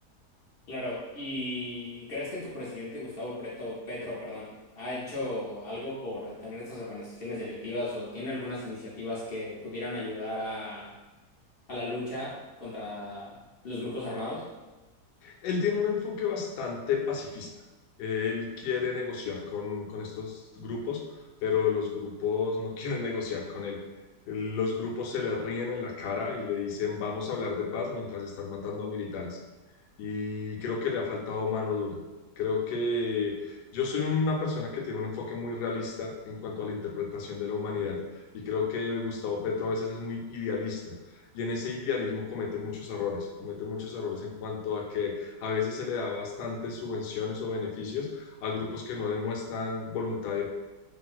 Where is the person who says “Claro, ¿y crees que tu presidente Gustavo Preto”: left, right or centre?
Left